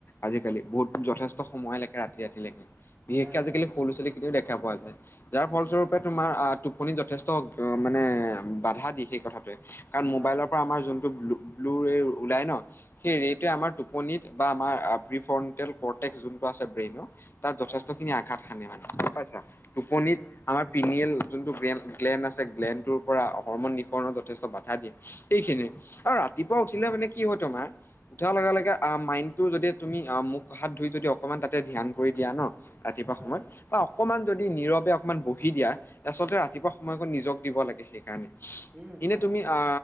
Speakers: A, on the left; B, on the right.
A: আজিকালি বহুত যথেষ্ট সময় লেকে ৰাতি ৰাতিলেকে বিশেষকে
B: হয় হয় হয়
A: আজিকালি
B: অ
A: সৰু লৰা-ছোৱালীকেটাও দেখা পোৱা যায় যাৰ ফলস্বৰূপ
B: উম
A: বা তোমাৰ আহ টোপনি যথেষ্ট মানে বাধা দি সেই কথাটোৱে কাৰণ
B: হয়
A: মোবাইলৰ
B: হয়
A: পা আমাৰ যোনটো ব্লু ব্লু ৰে ওলাই ন সেই
B: উম
A: ৰেটোৱে
B: উম
A: আমাৰ টো পনিট বা আমাৰ প্ৰিফনন্টেল প্ৰটেক্ট যোনটো আছে ব্ৰেনৰ তাত যথেষ্ট
B: হয় হয়
A: খিনি আ ঘাত সানে মানে গম পাইছা টোপনিত আমাৰ পিমিয়েল যোনটো গেন গ্লেন আছে গ্লেনটোৰ পৰা হৰমন নিকণৰ যথেষ্ট বাধা দিয়ে এইখিনিয়ে আৰু ৰাতিপুৱা উঠিলে মানে কি হয় তোমাৰ উঠাৰ লগে লগে আ মাইণ্ডটো যদি তুমি মোক হাত ধুই যদি অকমান তাতে ধ্যান কৰি দিয়া ন ৰাতিপুৱা
B: হয়
A: সময়ত
B: হয়
A: বা অকমান যদি নীৰৱে অকমান বহি দিয়া আচলতে ৰাতিপুৱা সময়ক নিজক দিব লাগে সেইকাৰণে
B: উম
A: এনে
B: হয়
A: তুমি আ